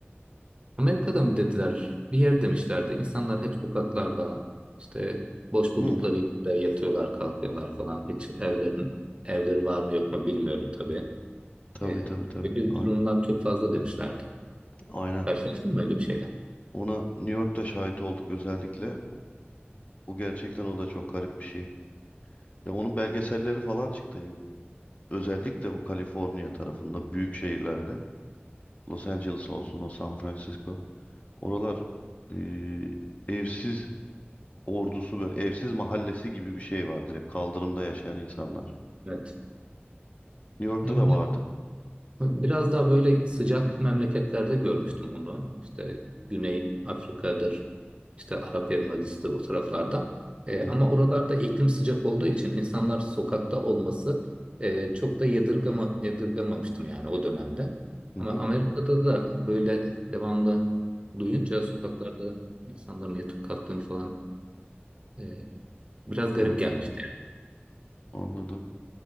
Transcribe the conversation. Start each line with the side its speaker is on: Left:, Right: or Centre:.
Right: Amerika'da mı dediler? Bir yer demişlerdi. İnsanlar hep sokaklarda işte boş buldukları
Left: Hı,
Right: yerde yatıyorlar, kalkıyorlar falan. Hiç evlerin evleri var mı yok mu bilmiyorum tabii.
Left: tabii
Right: E,
Left: tabii tabii.
Right: böyle
Left: Aynen.
Right: durumlar çok fazla demişlerdi.
Left: Aynen.
Right: Karşılaştın mı öyle bir şeyle?
Left: Ona New York'ta şahit olduk özellikle. O gerçekten o da çok garip bir şey. Ya onun belgeselleri falan çıktı. Özellikle bu Kaliforniya tarafında büyük şehirlerde. Los Angeles olsun o San Francisco. Oralar eee, evsiz ordusu böyle evsiz mahallesi gibi bir şey var direkt kaldırımda yaşayan insanlar.
Right: Evet.
Left: New York'ta
Right: Hem
Left: da vardı.
Right: Biraz daha böyle sıcak memleketlerde görmüştüm onu. İşte Güney Afrika'dır, işte Arap Yarımadası'dır o taraflarda. Ee,
Left: Hı
Right: ama
Left: hı,
Right: oralarda iklim sıcak olduğu için insanlar sokakta olması e, çok da yadırgama, yadırgamamıştım yani o dönemde.
Left: hı
Right: Ama
Left: hı.
Right: Amerika'da da böyle devamlı duyunca sokaklarda insanların yatıp kalktığını falan e, biraz garip
Left: Anladım,
Right: gelmişti yani.
Left: anladım.